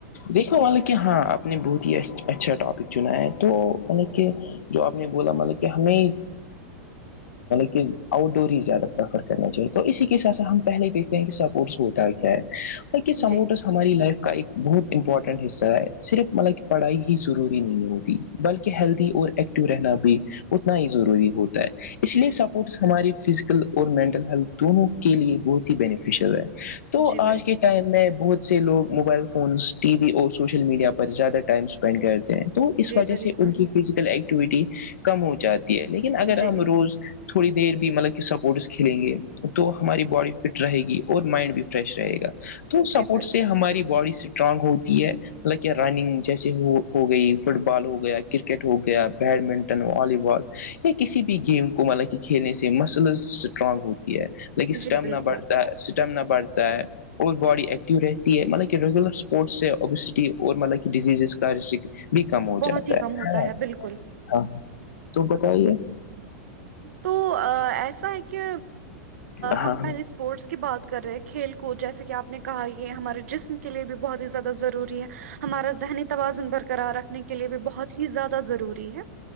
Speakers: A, on the left; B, on the right.
A: دیکھو حانکہ کہ ہاں آپ نے بہت ہی اچھا ٹاپک چنا ہے تو مطلب کہ جو آپ نے بولا ملک کہ ہمیں کہ آؤٹ ڈور ہی زیادہ پریفر کرنا چاہیے تو اسی کے ساتھ س ہم پہلے بھی کہ سپورٹس ہوتا ہے کیا ہے یہ سپورٹس
B: جی
A: ہماری لائف کا ایک بہت امپورٹنٹ حصہ ہے صرف مطلب پڑھائی ہی ضروری نہیں ہوتی بلکہ ہیلدی اور اک ٹیو رہنا بھی اتنا ہی ضروری ہوتا ہے اس لیے
B: جی
A: سپورٹس ہماری فزیکل اور مینٹل ہیلتھ دونوں کے لیے بہت ہی بینیفیشیل ہے تو
B: جی
A: آج
B: بالکل
A: کے ٹائم میں بہت سے لوگ موبائل فونس ٹی وی اور سوشل میڈیا پر زیادہ ٹائم اسپینڈ کرتے ہیں تو اس
B: جی
A: وجہ
B: بالکل
A: سے ان کی فزیکل ایکٹیویٹی کم ہو جاتی ہے لیکن اگر
B: جی
A: ہم روز تھوڑی دیر بھی مطلب کہ سپورٹس کھیلیں گے تو ہماری باڈی فٹ رہے گی اور مائنڈ بھی فریش رہے گا تو سپورٹ
B: جی بالکل
A: سے ہماری باڈی اسٹرانگ ہوتی ہے مطلب کہ رننگ جیسے ہو ہو گئی فٹ بال ہو گیا کرکٹ ہو گیا بیڈمنٹن والی بال یا کسی بھی گیم کو مطلب کہ کھیلنے سے مسلز اسٹرانگ ہوتی ہے لیکن اسٹمنا
B: جی بالکل
A: بڑھتا ہے اسٹمنا بڑھتا ہے اور باڈی ایکٹو رہتی ہے مطلب کہ ریگولر سے وبسکتے اور مطلب ڈزیزز کا ر بھی کم ہو
B: بہت
A: جاتا
B: ہی
A: ہے
B: کم ہوتا بالکل
A: ہاں تو بتائیے
B: تو آ ایسا ہے کہ
A: ہاں
B: ہم پہلے اسپورٹس کی بات کر رہے ہیں کھیل کود جیسے کہ آپ نے کہا یہ ہمارے جسم کے لیے بھی بہت ہی زیادہ ضروری ہے ہمارا ذہنی توازن برقرار رکھنے کے لیے بھی بہت ہی زیادہ ضروری ہے